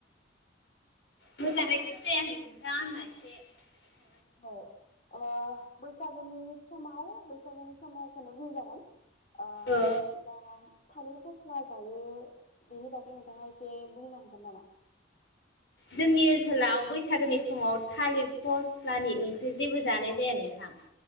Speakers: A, on the left; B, on the left.
A: मोजाङै
B: खोनादोंना नोंथां?
A: खोनायाखै नोंथां आंना एसे। से।
B: औ अ बैसागोनि समाव बैसागोनि समावखौनो बुंजागोन। अ
A: ओ
B: मोजां। थालिर फस्ला जायो बेनि बागै नोंथाङा एसे बुंनो हागोन नामा?
A: जोंनि ओनसोलाव बैसागोनि समाव थालिर फस्लानि ओंख्रि जेबो जानाय जाया नोंथां।